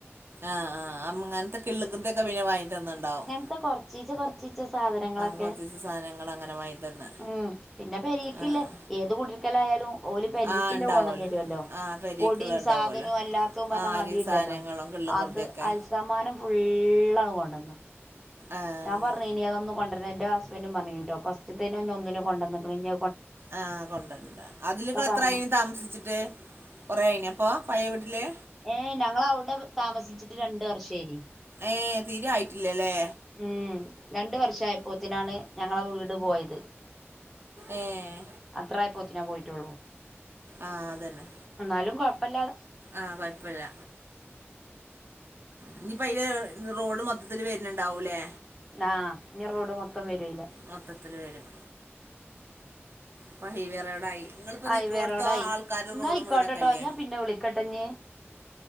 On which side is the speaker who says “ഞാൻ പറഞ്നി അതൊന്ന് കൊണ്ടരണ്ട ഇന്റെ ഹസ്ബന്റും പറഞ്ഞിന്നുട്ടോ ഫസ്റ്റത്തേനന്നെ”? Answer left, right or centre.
Centre